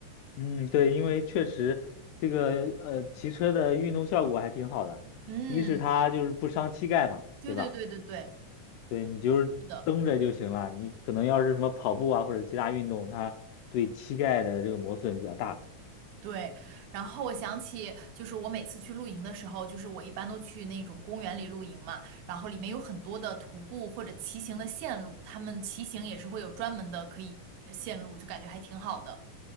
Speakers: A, on the left; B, on the right.
A: 嗯，对，因为确实这个呃骑车的运动效果还挺好的，
B: 嗯，
A: 一是它就是不伤膝盖嘛，
B: 对对对对对，
A: 对吧？对你就是蹬着就行了，
B: 是的。
A: 你可能要是什么跑步啊或者其他运动，它对膝盖的这个磨损比较大。
B: 对，然后我想起，就是我每次去露营的时候，就是我一般都去那种公园里露营嘛，然后里面有很多的徒步或者骑行的线路，他们骑行也是会有专门的可以呃线路，就感觉还挺好的。